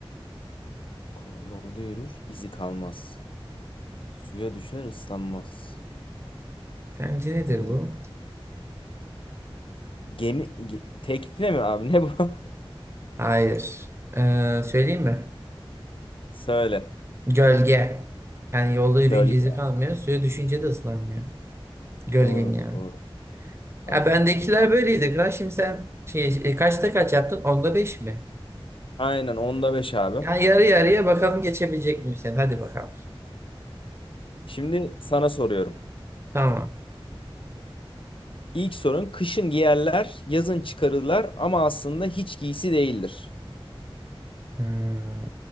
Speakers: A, on the left; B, on the right.
A: Ko- Yolda yürür izi kalmaz. Suya düşer ıslanmaz.
B: Sence nedir
A: Oo.
B: bu?
A: Gemi ge- tekne mi abi ne bu? <laughs>
B: Hayır. Ee, söyleyeyim mi?
A: Söyle.
B: Gölge. Yani yolda yürüyünce
A: Gölge.
B: izi kalmıyor. Suya düşünce de ıslanmıyor. Gölgen
A: Doğru
B: yani.
A: doğru. Tamam.
B: Ya bendekiler böyleydi. Kral. Şimdi sen şey, e, kaçta kaç yaptın? Onda beş mi?
A: Aynen onda 5 abi.
B: Yani yarı yarıya bakalım geçebilecek miyim sen? Hadi bakalım.
A: Şimdi sana soruyorum.
B: Tamam.
A: İlk sorun kışın giyerler, yazın çıkarırlar ama aslında hiç giysi değildir.
B: Hmm.